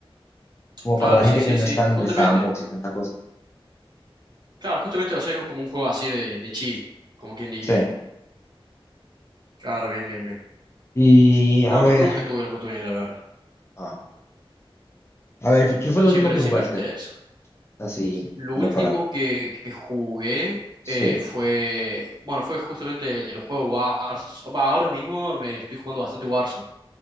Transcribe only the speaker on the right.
Claro,
sí, sí,
sí,
justamente.
Claro, justamente, o sea, es como un juego así de, de chill, como quien diría.
Claro, bien, bien, bien.
No,
pero nunca tuve la oportunidad, la verdad.
Siempre,
siempre me interesó.
Lo
último
que, que jugué
eh, fue, bueno, fue justamente los juegos Warzone. Va, ahora mismo me estoy jugando bastante Warzone,